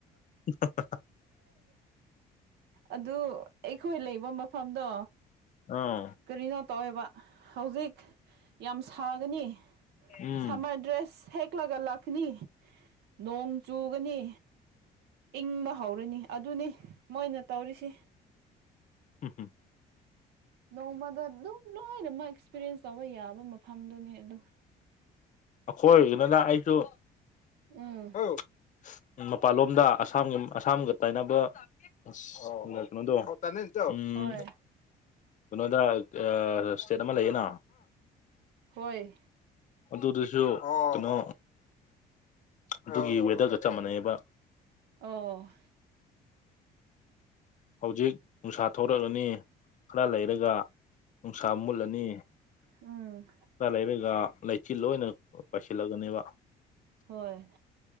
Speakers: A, on the left (about 45°); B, on the right (about 80°).
A: <unintelligible>
B: ꯑꯗꯨ ꯑꯩꯈꯣꯏ ꯂꯩꯕ ꯃꯐꯝꯗꯣ
A: ꯑꯝ
B: ꯀꯔꯤꯅꯣ ꯇꯧꯋꯦꯕꯥ ꯍꯧꯖꯤꯛ ꯌꯥꯝ ꯁꯥꯒꯅꯤ
A: ꯎꯝ
B: ꯁꯥꯃꯔ ꯗ꯭ꯔꯦꯁ ꯁꯦꯛꯂꯒ ꯂꯥꯛꯀꯅꯤ ꯅꯣꯡ ꯆꯨꯒꯅꯤ ꯏꯪꯕ ꯍꯧꯔꯅꯤ ꯑꯗꯨꯅꯤ ꯃꯣꯏꯅ ꯇꯧꯔꯤꯁꯤ
A: ꯎꯝ ꯎꯝ
B: ꯅꯣꯡꯃꯗ ꯑꯗꯨꯝ ꯂꯣꯏꯅꯃꯛ ꯑꯦꯛꯁꯄꯔꯤꯌꯦꯟꯁ ꯇꯧꯕ ꯌꯥꯕ ꯃꯐꯝꯗꯨꯅꯤ ꯑꯗꯨ
A: ꯑꯈꯣꯏꯒꯤꯗꯅ ꯑꯩꯖꯨ
B: ꯎꯝ
A: ꯑꯧ ꯎꯝ ꯃꯄꯥꯜꯂꯣꯝꯗ ꯑꯁꯥꯝꯒ ꯑꯁꯥꯝꯒ ꯇꯥꯏꯅꯕ ꯑꯁ ꯀꯩꯅꯣꯗꯣ <unintelligible> ꯎꯝ
B: ꯍꯣꯏ
A: ꯀꯩꯅꯣꯗ ꯑꯥ ꯁ꯭ꯇꯦꯠ ꯑꯃ ꯂꯩꯌꯦꯅꯥ
B: ꯍꯣꯏ
A: ꯑꯗꯨꯗꯨꯁꯨ ꯀꯩꯅꯣ ꯑꯗꯨꯒꯤ ꯋꯦꯗꯔꯒ ꯆꯞ ꯃꯥꯟꯅꯩꯑꯦꯕꯥ
B: ꯑꯣ
A: ꯍꯧꯖꯤꯛ ꯅꯨꯡꯁꯥ ꯊꯣꯛꯔꯛꯔꯅꯤ ꯈꯔ ꯂꯩꯔꯒ ꯅꯨꯡꯁꯥ ꯃꯨꯠꯂꯅꯤ
B: ꯎꯝ
A: ꯈꯔ ꯂꯩꯔꯒ ꯂꯩꯆꯤꯜ ꯂꯣꯏꯅ ꯄꯥꯏꯁꯤꯜꯂꯛꯑꯅꯦꯕꯥ
B: ꯍꯣꯏ